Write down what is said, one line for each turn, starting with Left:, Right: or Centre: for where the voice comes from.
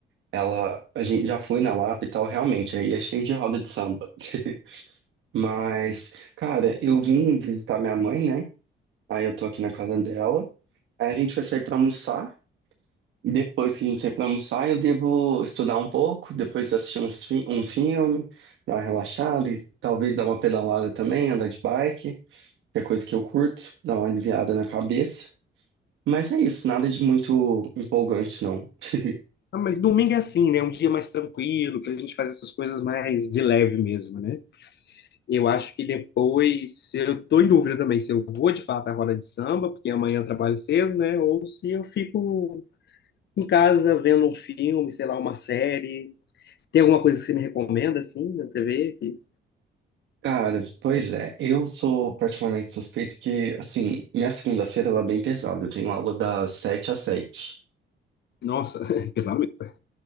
Right: ela, a gente já foi na Lapa e tal, realmente, aí é cheio de roda de samba. <laughs> Mas, cara, eu vim visitar minha mãe, né? Aí eu tô aqui na casa dela. Aí a gente vai sair pra almoçar. E depois que a gente sair pra almoçar, eu devo estudar um pouco, depois assistir uns fi- um filme, dar uma relaxada e talvez dar uma pedalada também, andar de bike, que é coisa que eu curto, dar uma aliviada na cabeça. Mas é isso, nada de muito empolgante, não. <laughs>
Left: Ah, mas domingo é assim, né? Um dia mais tranquilo, pra gente fazer essas coisas mais de leve mesmo, né? Eu acho que depois, eu tô em dúvida também se eu vou de fato à roda de samba, porque amanhã eu trabalho cedo, né? Ou se eu fico em casa vendo um filme, sei lá, uma série. Tem alguma coisa que você me recomenda, assim, na TV? Que-
Right: Cara, pois é, eu sou particularmente suspeito porque, assim, minha segunda-feira ela é bem pesada, eu tenho aula das sete às sete.
Left: Nossa, <laughs> pesado mesmo.